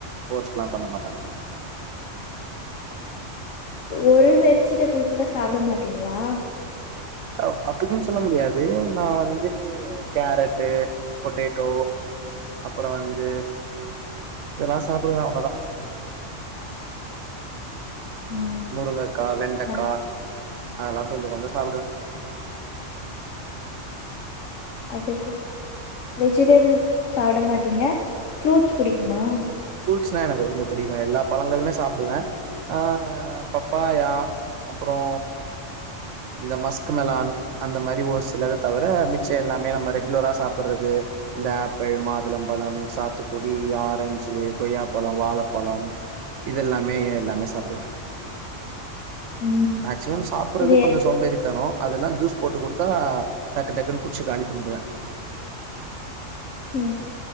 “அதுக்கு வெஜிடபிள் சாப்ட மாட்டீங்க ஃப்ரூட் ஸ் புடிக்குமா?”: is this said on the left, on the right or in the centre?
Left